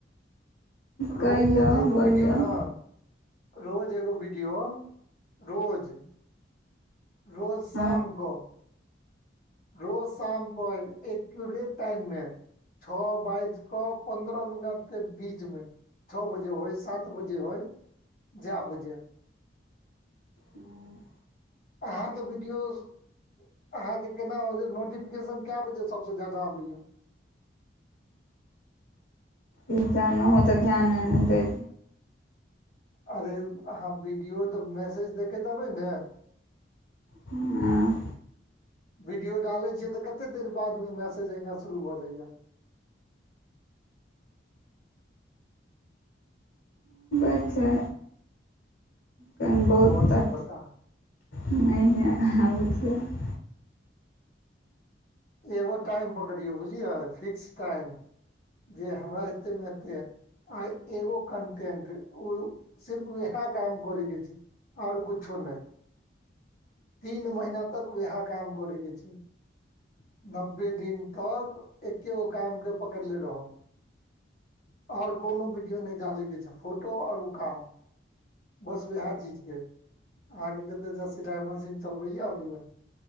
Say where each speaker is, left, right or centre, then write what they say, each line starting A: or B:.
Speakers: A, on the left (about 80°); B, on the left (about 50°).
A: कहियौ
B: रोज एगो
A: बोलियौ
B: विडियो नऽ रोज एगो विडियो रोज रोज शाम
A: ई
B: कऽ रोज शाम कऽ एक्यूरेट टाइम मे छ बाइज कऽ पन्द्रह मिनट केँ बीच मे छ बजे होइ सात बजे होइ जै बजे
A: हूँ
B: अहाँ कऽ विडियोज अहाँकेँ केना उ जे नोटिफिकेशन केय बजे सबसे ज्यादा आबै य
A: ई ज नइ हो तऽ ध्याने नै दैय
B: अरे अहाँ वीडियो तऽ मैसेज देखेत हेबै नऽ
A: हुँ
B: वीडियो डाले छीये तऽ कत्ते देर बाद मे मैसेज एयनाय शुरू भऽ जाइ यऽ
A: अच्छा तनि बहुत
B: ओहो नहि
A: त
B: पता
A: नय <unintelligible>
B: एगो टाइम पकड़ियो बुझलियए फिक्स टाइम जे हमरा एते मे एते आयत आय एगो कन्टेंट ओ सिर्फ व वेहै काम करै के छै ओर कूछो नय तीन महिना तक उएहा काम करै के छै नब्बे दिन तक एक्के गो काम के पकड़ले रहम आ ओर कोनो वीडियो नय डालय के छै फोटो ओर ऊ काम बस उएहे चीज के अहाँ के कत्ते जस सिलाई मशीन चलबैय अबया